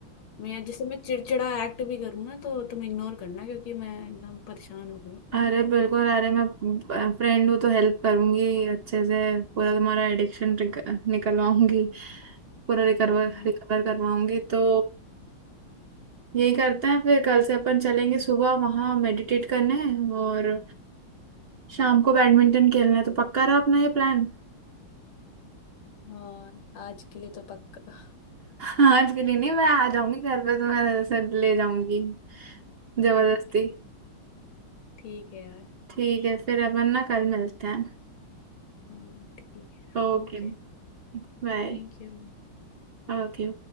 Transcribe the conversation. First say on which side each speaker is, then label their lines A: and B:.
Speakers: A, on the left (about 75°); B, on the right (about 85°).
A: मैं जैसे मैं चिड़चिड़ा एक्ट भी करूँ ना तो तुम इग्नोर करना क्योंकि मैं एकदम परेशान हो गई हूँ
B: अरे बिल्कुल अरे मैं फ्रेंड हूँ तो हेल्प करूंगी अच्छे से पूरा तुम्हारा एडिक्शन निकलवाऊंगी पूरा रिकवर
A: हम्म,
B: रिकवर करवाऊंगी तो यही करते हैं फिर कल से अपन चलेंगे सुबह वहाँ मेडिटेट करने और शाम को बैडमिंटन खेलना है तो पक्का रहा अपना ये प्लान
A: हाँ आज के लिए तो पक्का
B: आज के लिए नहीं मैं आ जाऊंगी घर पे तो मैं सर ले जाऊंगी जबरदस्ती
A: ठीक है ठीक है यार
B: ठीक है फिर अपन ना कल मिलते हैं
A: हाँ ठीक है
B: ओके
A: ओके
B: बाय
A: Thank you
B: ओके